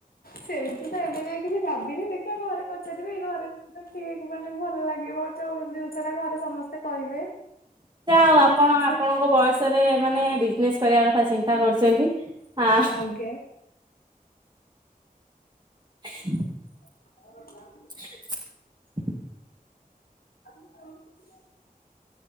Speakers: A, on the left; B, on the right.
A: ସେମତି ତ ଏବେ ବି କିଛି ଭାବିନି ଦେଖିବା ଘରେ ପଚାରିବି ଏଇ ଘରେ <unintelligible> ଠିକ ମାନେ ଭଲ ଲାଗିବ ଯୋଉ ଜିନିଷ ଟା ଘରେ ସମସ୍ତେ କହିବେ।
B: ଯାହା
A: ସେଇ
B: ହଉ ଆପଣ
A: ଜିନିଷ
B: ଆପଣଙ୍କ ବୟସରେ ମାନେ ବିଜନେସ୍ କରିବା କଥା ଚିନ୍ତା କରୁଛନ୍ତି। ହଁ
A: ଆଜ୍ଞା।
B: <inaudible>
A: <inaudible>
B: <inaudible>
A: <inaudible>